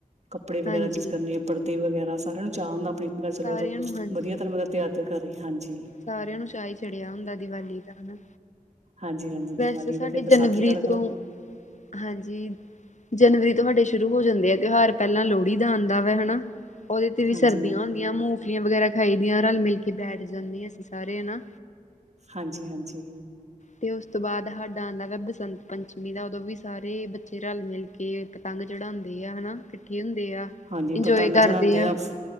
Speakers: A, on the right; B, on the left.
A: ਕੱਪੜੇ ਵਗੈਰਾ
B: ਹਾਂਜੀ।
A: ਚੀਜ਼ ਕਰਨੀ ਪੜਦੇ ਵਗੈਰਾ, ਸਾਰਿਆਂ ਨੂੰ ਚਾਅ ਹੁੰਦਾ ਆਪਣੀ ਘਰ ਚਲੋ,
B: ਸਾਰਿਆਂ ਨੂੰ ਹਾਂਜੀ।
A: ਵਧੀਆ ਧਰਮ ਦਾ ਤਿਹਰ ਕਰ, ਹਾਂਜੀ।
B: ਸਾਰਿਆਂ ਨੂੰ ਚਾਹ ਹੀ ਚੜਿਆ ਹੁੰਦਾ, ਦੀਵਾਲੀ ਦਾ ਹਨਾ।
A: ਹਾਂਜੀ ਹਾਂਜੀ
B: ਵੈਸੇ
A: ਦੀਵਾਲੀ
B: ਸਾਡੇ
A: ਦਾ ਫਿਰ ਵਿਸਾਖੀ
B: ਜਨਵਰੀ
A: ਦਾ ਲਗਾ
B: ਤੋਂ
A: ਲੋ
B: ਹਾਂਜੀ, ਜਨਵਰੀ ਤੋਂਹਾਡੇ ਸ਼ੁਰੂ ਹੋ ਜਾਂਦੇ ਆ ਤਿਉਹਾਰ, ਪਹਿਲਾਂ ਲੋਹੜੀ ਦਾ ਆਉਂਦਾ ਵਾ ਹਨਾ ਉਹਦੇ ਤੇ ਵੀ
A: ਹਾਂਜੀ
B: ਸਰਦੀਆਂ
A: ਮੈਮ
B: ਹੁੰਦੀਆਂ, ਮੂੰਗਫਲੀਆਂ ਵਗੈਰਾ ਖਾਈ ਦੀਆਂ, ਰਲ ਮਿਲ ਕੇ ਬੈਠ ਜਾਂਦੇ 'ਹ ਅਸੀਂ ਸਾਰੇ, ਹਨਾ।
A: ਹਾਂਜੀ, ਹਾਂਜੀ।
B: ਤੇ ਉਸ ਤੋਂ ਬਾਅਦ ਸਾਡਾ ਆਉਂਦਾ ਵ ਬਸੰਤ ਪੰਚਮੀ ਦਾ, ਉਦੋਂ ਵੀ ਸਾਰੇ ਬੱਚੇ ਰਲ ਮਿਲ ਕੇ ਕੇ ਪਤੰਗ ਚੜਾਉਂਦੇ ਆ ਹਨਾ, ਇਕੱਠੇ ਹੁੰਦੇ ਆ।
A: ਹਾਂਜੀ,
B: ਇੰਜੋਏ
A: ਪਤੰਗ
B: ਕਰਦੇ
A: ਚੜਾਉਂਦੇ ਆ